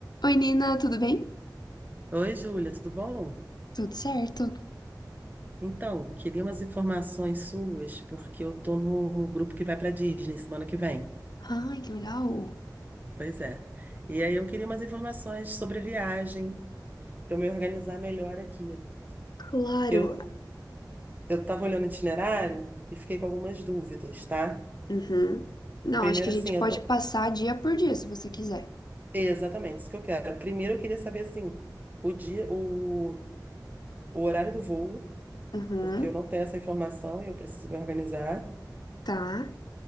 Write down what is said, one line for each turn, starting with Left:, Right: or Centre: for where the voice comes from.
Left: Oi, Nina, tudo bem?
Right: Oi, Júlia, tudo bom?
Left: Tudo certo?
Right: Então, queria umas informações suas, porque eu tô no grupo que vai para Disney semana que vem.
Left: Ai, que legal.
Right: Pois é. E aí eu queria umas informações sobre a viagem, para eu me organizar melhor aqui.
Left: Claro.
Right: Que eu, eu tava olhando o itinerário e fiquei com algumas dúvidas, tá?
Left: Uhum. Não,
Right: Primeiro,
Left: acho que a
Right: assim,
Left: gente pode
Right: eu tô.
Left: passar dia por dia, se você quiser.
Right: Exatamente, isso que eu quero. Primeiro, eu queria saber, assim, o dia, o, o horário do voo,
Left: Uhum.
Right: porque eu não tenho essa informação e eu preciso me organizar.
Left: Tá,